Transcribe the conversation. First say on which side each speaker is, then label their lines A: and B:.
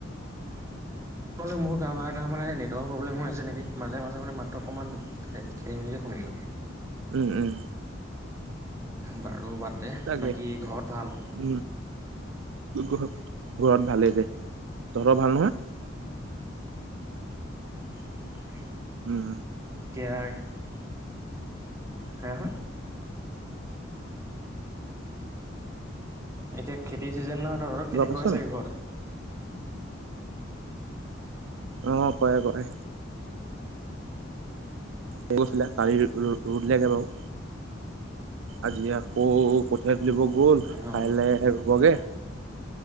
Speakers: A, on the right; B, on the right.
A: তোমালোকে মোৰ কাৰোবাৰ এটা মানে নেটৱৰ্কৰ প্ৰব্লেম হৈ আছে নেকি মাজে মাজে মানে মাতটো অকণমান খেলি মেলিকে শুনিছো?
B: উম উম।
A: বাৰু বাদ দে
B: তাকে
A: বাকী ঘৰত ভাল?
B: উম ঘ ঘৰত ভালেই দে। তহঁতৰ ভাল নহয়?
A: <inaudible>
B: উম।
A: এতিয়াৰ হা হা? এতিয়া খেতিৰ ছিজন নহয় তহঁতৰ
B: কিবা
A: খেতি
B: কৈছ
A: কৰে
B: নি
A: চাগে ঘৰতে?
B: অ কয় কয়। গৈছিলে কালি ৰু ৰু ৰুলেগে বাৰু আজি আকৌ কঠিয়া তুলিব গ'ল
A: অ
B: কাইলে ৰুবগে।